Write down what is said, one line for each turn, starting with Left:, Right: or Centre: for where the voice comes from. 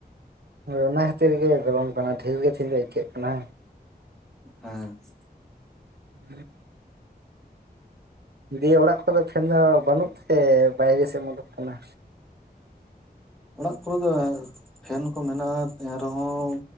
Right: ᱦᱳᱭ ᱚᱱᱟ ᱠᱷᱟᱹᱛᱤᱨ ᱜᱮ ᱜᱚᱨᱚᱢ ᱠᱟᱱᱟ, ᱰᱷᱮᱨ ᱜᱮ ᱛᱤᱦᱤᱧ ᱫᱚ ᱟᱹᱭᱠᱟᱹᱜ ᱠᱟᱱᱟ᱾
Centre: <unintelligible>
Right: ᱦᱮᱸ <inaudible> ᱫᱤᱭᱮ ᱚᱲᱟᱜ ᱠᱚᱨᱮ ᱫᱚ ᱯᱷᱮᱱ ᱫᱚ ᱵᱟᱹᱱᱩᱜ ᱛᱮ, ᱵᱟᱭᱨᱮ ᱥᱮᱫ ᱮᱢ ᱩᱰᱩᱠ ᱠᱟᱱᱟ᱾
Centre: ᱚᱲᱟᱜ ᱠᱚᱨᱮ ᱫᱚ᱾ ᱯᱷᱮᱱ ᱠᱚ ᱢᱮᱱᱟᱜᱼᱟ, ᱮᱱ ᱨᱮᱦᱚᱸ